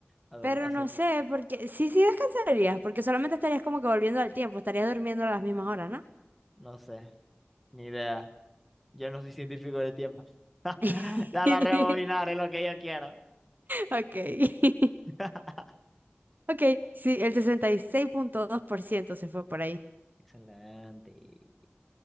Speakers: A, in the centre; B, on the right.
A: A ver,
B: Pero
A: así.
B: no sé, porque sí, sí descansarías, porque solamente estarías como que volviendo al tiempo, estarías durmiendo a las mismas horas, ¿no?
A: No sé. Ni idea. Yo no soy científico del tiempo. <laughs>
B: <laughs>
A: Dale a rebobinar, es lo que yo quiero.
B: Ok. <laughs>
A: <laughs>
B: Ok, sí, el sesenta y seis punto dos por ciento se fue por ahí.
A: Excelente. Y